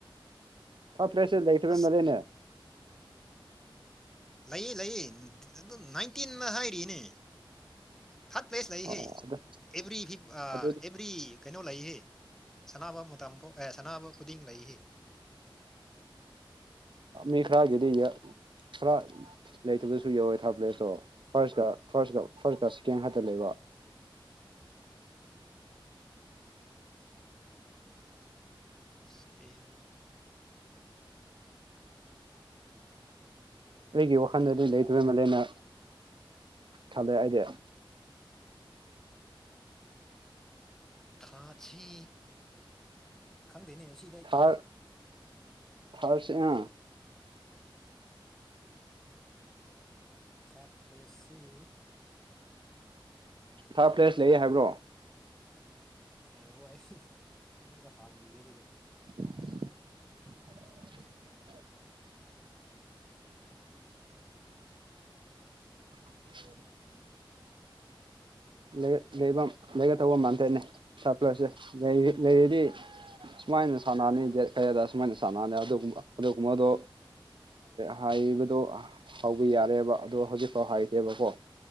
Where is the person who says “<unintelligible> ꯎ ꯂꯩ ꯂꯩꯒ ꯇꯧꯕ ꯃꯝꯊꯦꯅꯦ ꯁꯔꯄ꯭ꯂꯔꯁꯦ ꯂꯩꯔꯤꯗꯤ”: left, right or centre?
Right